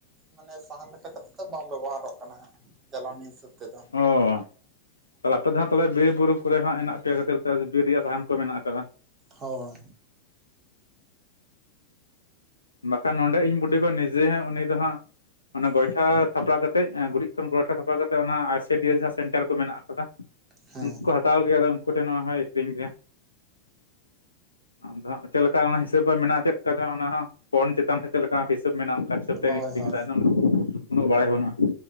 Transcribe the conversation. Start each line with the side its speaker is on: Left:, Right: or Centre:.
Right: ᱢᱟᱱᱮ ᱥᱟᱦᱟᱱ ᱞᱮᱠᱟ ᱠᱟᱛᱮ ᱫᱚ ᱵᱟᱢ ᱵᱮᱵᱚᱦᱟᱨᱚᱜ ᱠᱟᱱᱟ ᱦᱟᱸᱜ ᱡᱟᱞᱟᱱᱤ ᱦᱤᱥᱟᱹᱵ ᱛᱮᱫᱚ
Left: ᱦᱩ ᱛᱟᱦᱚᱞᱮ ᱟᱯᱮ ᱫᱚ ᱦᱟᱸᱜ ᱯᱟᱞᱮ ᱵᱤᱨ ᱵᱩᱨᱩ ᱠᱚᱨᱮ ᱦᱚᱸ ᱦᱮᱱᱟᱜ ᱯᱮᱭᱟ ᱠᱷᱟᱹᱛᱤᱨ ᱛᱮ ᱵᱤᱨ ᱨᱮᱭᱟᱜ ᱥᱟᱦᱟᱱ ᱠᱚ ᱢᱮᱱᱟᱜ ᱟᱠᱟᱫᱟ?
Right: ᱦᱚᱭ
Left: ᱵᱟᱠᱷᱟᱱ ᱱᱚᱰᱮ ᱤᱧ ᱵᱩᱰᱤᱜᱚ ᱱᱤᱡᱮ ᱩᱱᱤ ᱫᱚ ᱦᱟᱸᱜ ᱚᱱᱮ ᱜᱚᱭᱴᱟ ᱛᱷᱟᱯᱲᱟ ᱠᱟᱛᱮᱜ ᱜᱩᱨᱤᱡ ᱜᱳᱭᱴᱷᱟ ᱥᱟᱯᱷᱟ ᱠᱟᱛᱮ ᱚᱱᱟ ᱟᱭᱥᱤᱰᱤᱭᱮᱥ ᱥᱮᱱᱴᱟᱨ ᱠᱚ ᱢᱮᱱᱟᱜ ᱟᱠᱟᱫᱟ
Right: ᱦᱮᱸ
Left: ᱩᱱᱠᱩ ᱦᱟᱛᱟᱣ ᱜᱮᱭᱟ ᱟᱫᱚ ᱩᱱᱠᱩ ᱴᱷᱮᱱ ᱱᱚᱣᱟ ᱦᱚᱸᱭ ᱟᱹᱠᱷᱨᱤᱧ ᱜᱮᱭᱟ᱾ ᱟᱫᱚ ᱪᱮᱫ ᱞᱮᱠᱟ ᱚᱱᱟ ᱦᱤᱥᱟᱹᱵ ᱟᱜ ᱢᱮᱱᱟᱜᱼᱟ ᱪᱮᱫᱠᱟ ᱪᱚ ᱚᱱᱟ ᱦᱚᱸ ᱯᱚᱱ ᱪᱮᱛᱟᱱ ᱛᱮ ᱪᱮᱫ ᱞᱮᱠᱟ ᱦᱤᱥᱟᱹᱵ ᱢᱮᱱᱟᱜᱼᱟ ᱚᱱᱠᱟ ᱦᱤᱥᱟᱹᱵ ᱛᱮᱧ
Right: ᱦᱳᱭ
Left: ᱟᱹᱠᱷᱨᱤᱧ
Right: ᱦᱳᱭ
Left: ᱮᱫᱟ ᱩᱱᱟᱹᱜ ᱵᱟᱲᱟᱭ ᱵᱟᱹᱱᱩᱜᱼᱟ᱾